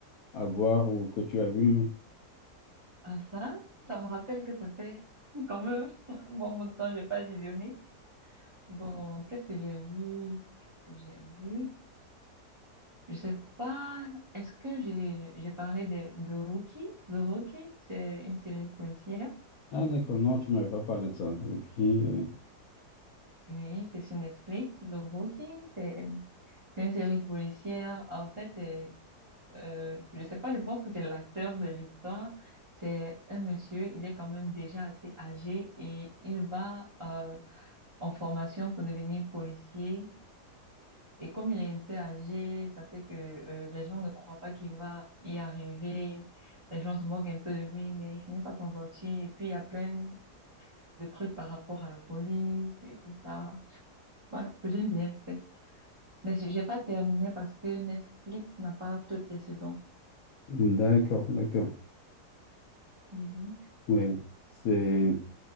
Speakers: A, on the left; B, on the right.
A: à voir ou que tu as vu?
B: Ah ça, ça me rappelle que ça fait <laughs> quand même un bon bout de temps, j'ai pas visionné. Bon, qu'est-ce que j'ai vu? Qu'est-ce que j'ai vu? Je sais pas. Est-ce que j'ai j'ai parlé de, de Rookie? The Rookie, c'est une série policière.
A: Ah, d'accord, non, tu m'avais pas parlé de ça. Ok, euh,
B: Oui, c'est sur Netflix. The Rookie, c'est c'est une série policière. En fait, c'est euh, je sais pas. Je pense que c'est l'acteur de l'histoire. C'est un monsieur. Il est quand même déjà assez âgé et il va euh, en formation pour devenir policier. Et comme il est un peu âgé, ça fait que euh, les gens ne croient pas qu'il va y arriver. Les gens se moquent un peu de lui, mais il finit par s'en sortir. Et puis, il y a plein de trucs par rapport à la police et tout ça. Ouais, j'aime bien. C'est- Mais j'ai pas terminé parce que Netflix n'a pas toutes les saisons.
A: d'accord, d'accord,
B: Mhm.
A: oui. C'est...